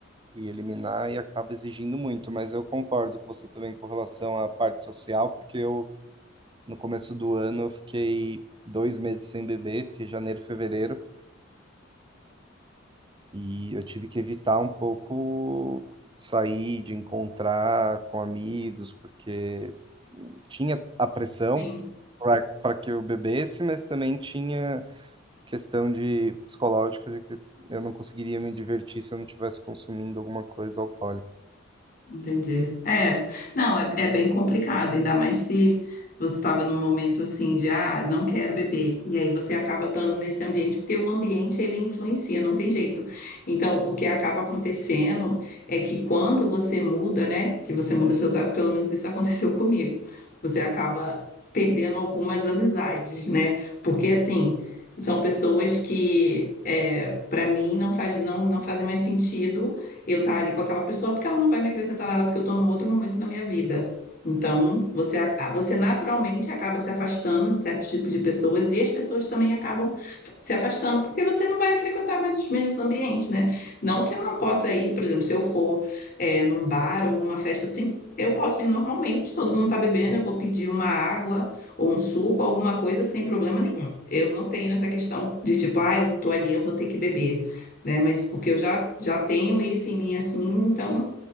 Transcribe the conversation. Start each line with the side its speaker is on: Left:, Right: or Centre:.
Right: e eliminar e acaba exigindo muito. Mas eu concordo com você também com relação à parte social, porque eu, no começo do ano, eu fiquei dois meses sem beber, fiquei janeiro, fevereiro, e eu tive que evitar um pouco sair, de encontrar com amigos, porque tinha a pressão
Left: Sim.
Right: para que eu bebesse, mas também tinha questão de psicológica de que eu não conseguiria me divertir se eu não estivesse consumindo alguma coisa alcoólica.
Left: Entendi. É, não, é, é bem complicado, ainda mais se você estava num momento assim de, ah, não quero beber, e aí você acaba estando nesse ambiente, porque o ambiente ele influencia, não tem jeito. Então, o que acaba acontecendo é que quando você muda, né, que você muda seus hábitos, pelo menos isso <laughs> aconteceu comigo, você acaba perdendo algumas amizades, né, porque assim. São pessoas que, é, para mim, não faz, não, não fazem mais sentido eu estar ali com aquela pessoa, porque ela não vai me acrescentar nada, porque eu estou num outro momento na minha vida. Então, você, a- você naturalmente acaba se afastando de certos tipos de pessoas e as pessoas também acabam se afastando, porque você não vai frequentar mais os mesmos ambientes, né? Não que eu não possa ir, por exemplo, se eu for, é, num bar ou alguma festa assim, eu posso ir normalmente, todo mundo está bebendo, eu vou pedir uma água ou um suco, alguma coisa, sem problema nenhum. Eu não tenho essa questão de tipo, ah, eu tô ali, eu vou ter que beber né? Mas porque eu já, já tenho isso em mim assim, então